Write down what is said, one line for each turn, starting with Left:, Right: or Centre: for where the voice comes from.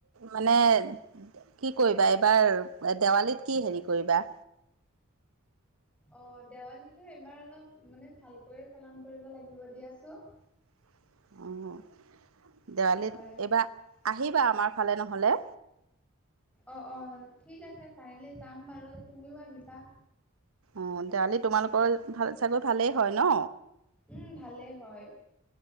Right: মানে কি কৰিবা এইবাৰ, দেৱালীত কি হেৰি কৰিবা?
Centre: অ দেৱালীটো এইবাৰ অলপ মানে ভালকৈ পালন কৰিব লাগিব দিয়াচো
Right: <inaudible> অঁ দেৱালীত
Centre: হয়
Right: এইবাৰ আহিবা আমাৰ ফালে নহলে।
Centre: অঁ অঁ ঠিক আছে পাৰিলে যাম বাৰু তুমিও আহিবা।
Right: অঁ দেৱালীত তোমালোকৰ ফালে চাগে ভালেই হয় ন?
Centre: উম ভালে হয়।